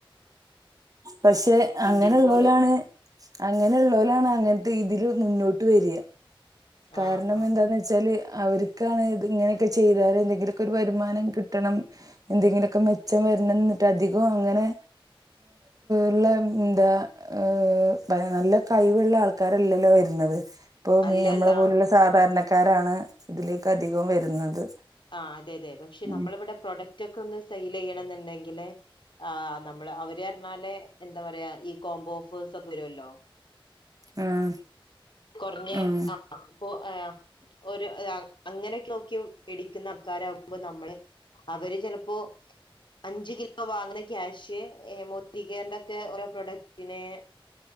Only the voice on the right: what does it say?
പക്ഷെ
അങ്ങനെയുള്ളോലാണ്
അങ്ങനെയുള്ളോലാണ് അങ്ങനത്തെ ഇതില് മുന്നോ ട്ട് വര്യ കാരണം
എന്താന്ന് വെച്ചാല് അവര്ക്കാണ് ഇത് ഇങ്ങനെയൊക്കെ ചെയ്താലെ എന്തെങ്കിലുമൊക്കെ ഒരു വരുമാനം കിട്ടണം എന്തെങ്കിലുമൊക്കെ മെച്ചം വരണം എന്നിട്ട് അധികവും അങ്ങനെ ഉള്ള എന്താ ഏ നല്ല കഴിവുള്ള ആൾക്കാരല്ലല്ലോ വരുന്നത് ഇപ്പൊ
മീ- നമ്മളെ പോലുള്ള സാധാരണക്കാരാണ് ഇതിലേക്ക് അധികവും വരുന്നത്
ഉം
ഉം ആഹ്
ആഹ്